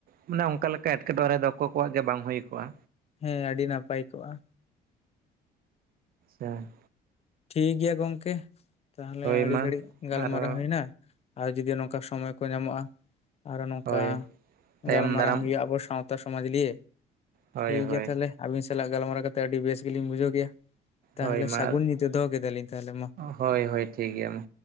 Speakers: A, on the right; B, on the left.
A: ᱢᱟᱱᱮ ᱚᱝᱠᱟ ᱞᱮᱠᱟ ᱮᱴᱠᱮ ᱴᱚᱬᱮ ᱫᱚ ᱟᱠᱚ ᱠᱚᱣᱟᱜ ᱜᱮ ᱵᱟᱝ ᱦᱩᱭ ᱠᱚᱜᱼᱟ
B: ᱦᱮᱸ ᱟᱹᱰᱤ ᱱᱟᱯᱟᱭ ᱠᱚᱜᱼᱟ
A: ᱟᱪᱪᱷᱟ
B: ᱴᱷᱤᱠ ᱜᱮᱭᱟ ᱜᱚᱝᱠᱮ ᱛᱟᱦᱞᱮ
A: ᱦᱳᱭ
B: ᱟᱹᱰᱤ
A: ᱢᱟ
B: ᱜᱷᱟᱹᱲᱤᱡ ᱜᱟᱞᱢᱟᱨᱟᱣ
A: ᱟᱨᱦᱚᱸ
B: ᱦᱩᱭ ᱮᱱᱟ ᱟᱨ ᱡᱩᱫᱤ ᱱᱚᱝᱠᱟ ᱥᱚᱢᱚᱭ ᱠᱚ ᱧᱟᱢᱚᱜᱼᱟ ᱟᱨᱚ ᱱᱚᱝᱠᱟ
A: ᱦᱳᱭ ᱛᱟᱭᱚᱢ
B: ᱜᱟᱞᱢᱟᱨᱟᱣ
A: ᱫᱟᱨᱟᱢ
B: ᱦᱩᱭᱩᱜᱼᱟ ᱟᱵᱚ ᱥᱟᱶᱛᱟ ᱥᱚᱢᱟᱡ ᱞᱤᱭᱮ
A: ᱦᱳᱭ
B: ᱴᱷᱤᱠ
A: ᱦᱳᱭ
B: ᱜᱮᱭᱟ ᱛᱟᱞᱮ ᱟᱹᱵᱤᱱ ᱥᱟᱞᱟᱜ ᱜᱟᱞᱢᱟᱨᱟᱣ ᱠᱟᱛᱮᱫ ᱟᱰᱤ ᱵᱮᱥ ᱜᱮᱞᱤᱧ ᱵᱩᱡᱷᱟᱹᱣ ᱠᱮᱭᱟ ᱛᱟᱦᱞᱮ
A: ᱦᱳᱭ ᱢᱟ
B: ᱥᱟᱜᱩᱱ ᱧᱤᱫᱟᱹ ᱫᱚᱦᱚ ᱠᱮᱫᱟᱞᱤᱧ ᱛᱟᱦᱞᱮ ᱢᱟ
A: ᱦᱳᱭ ᱦᱳᱭ ᱴᱷᱤᱠ ᱜᱮᱭᱟ ᱢᱟ